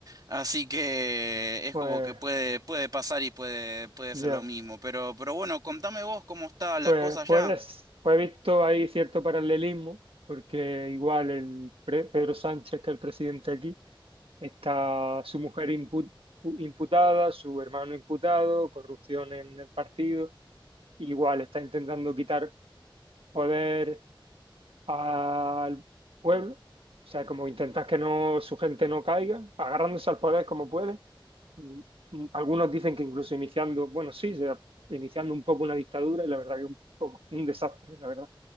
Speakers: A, on the right (about 45°); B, on the right (about 85°).
A: Así que es
B: pues,
A: como que puede, puede pasar y puede, puede
B: ya.
A: ser lo mismo. Pero, pero bueno, contame vos cómo está la
B: Pues,
A: cosa ya.
B: puedes, pues he visto ahí cierto paralelismo, porque igual el pre- Pedro Sánchez, que es el presidente aquí, está su mujer impu- imputada, su hermano imputado, corrupción en el partido, igual está intentando quitar poder al pueblo, o sea, como intentar que no, su gente no caiga, agarrándose al poder como puede Mm, mm, Algunos dicen que incluso iniciando, bueno, sí, se- iniciando un poco una dictadura y la verdad que un poco un desastre, la verdad.